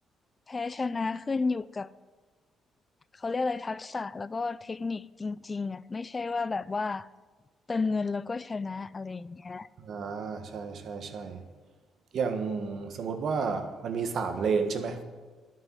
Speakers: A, on the left; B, on the right.
A: แพ้ชนะขึ้นอยู่กับ เขาเรียกอะไรทักษะแล้วก็เทคนิคจริงๆอ่ะไม่ใช่ว่าแบบว่าเติมเงินแล้วก็ชนะอะไรอย่างเงี้ย
B: อ่าใช่ใช่ใช่อย่างสมมติว่ามันมีสามเลนใช่ไหม